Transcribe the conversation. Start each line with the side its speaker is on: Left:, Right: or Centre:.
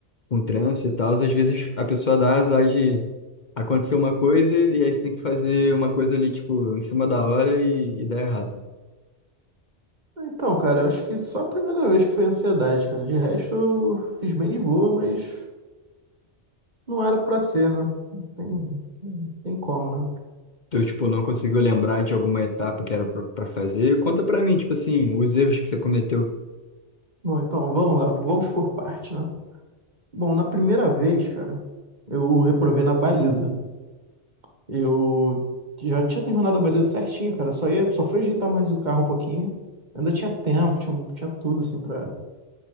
Left: com trânsito e tal, às vezes a pessoa dá azar de acontecer uma coisa e aí você tem que fazer uma coisa ali, tipo, em cima da hora e, e dá errado.
Right: então, cara, eu acho que só a primeira vez que foi ansiedade, cara. De resto, eu fiz bem de boa, mas não era pra ser, né? Não tem, não tem como, né?
Left: Tu, tipo, não conseguiu lembrar de alguma etapa que era pra pra fazer? Conta pra mim, tipo assim, os erros que você cometeu.
Right: Bom, então, vamos lá, vamos por parte, né? Bom, na primeira vez, cara, eu reprovei na baliza. Eu já tinha terminado a baliza certinho, cara. Só ia, só fui ajeitar mais o carro um pouquinho. Ainda tinha tempo, tinha, tinha tudo assim pra.